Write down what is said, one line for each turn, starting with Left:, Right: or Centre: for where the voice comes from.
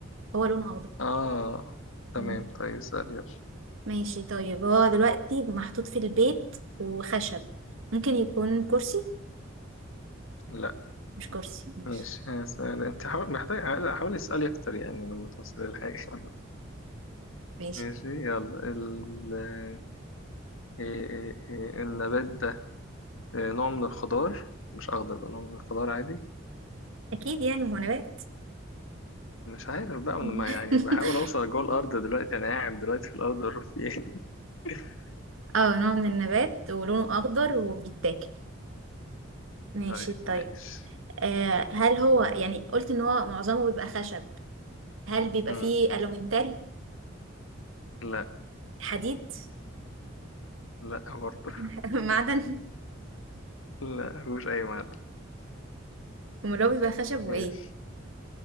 Right: هو لونه أخضر
Left: آه تمام
Right: مم.
Left: طيب اسأل يلا
Right: ماشي طيب هو دلوقتي محطوط في البيت وخشب ممكن يكون كرسي
Left: لا
Right: مش كرسي ماشي
Left: ماشي هسأل أنت حاول محتاج حاول اسألي أكتر يعني لما توصل للحاجة <laughs>
Right: ماشي
Left: ماشي يلا ال... آه، إيه- إيه- إيه، النبات ده آه، نوع من الخضار مش اخضر بقى نوع من الخضار عادي
Right: اكيد يعني هو نبات
Left: مش عارف بقى من
Right: <laughs>
Left: ما يعني بحاول اوصل جوه الارض دلوقتي انا قاعد دلوقتي في الارض اعرف في ايه <laughs>
Right: اه نوع من النبات ولونه اخضر وبيتاكل ماشي
Left: طيب
Right: طيب
Left: ماشي
Right: آه هل هو يعني قلت ان هو معظمه بيبقى خشب هل بيبقى
Left: مم.
Right: فيه الومنتال
Left: لا
Right: حديد
Left: لا برضه
Right: <laughs> معدن
Left: <laughs> لا مش اي معدن
Right: امال هو بيبقى خشب وايه
Left: ماشي